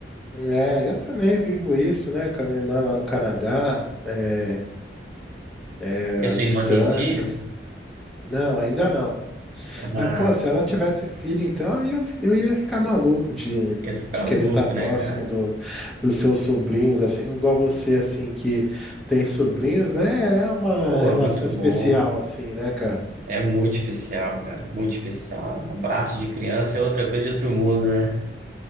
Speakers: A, in the centre; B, on the right (about 50°).
A: É, eu também vivo isso, né, com a minha irmã lá no Canadá, é, é,
B: E a
A: à
B: sua
A: distância.
B: irmã tem filho?
A: Não, ainda não.
B: Ah,
A: Aí, pô, se ela tivesse filho, então aí eu, eu ia ficar maluco de,
B: ia ficar
A: de
B: louco,
A: querer estar próximo
B: né, cara?
A: do, dos seus sobrinhos, assim, igual você, assim, que tem sobrinhos, né? É uma
B: Pô,
A: relação
B: é muito
A: especial,
B: bom.
A: assim, né, cara?
B: É muito especial, cara. Muito especial. Abraço de criança é outra coisa de outro mundo, né?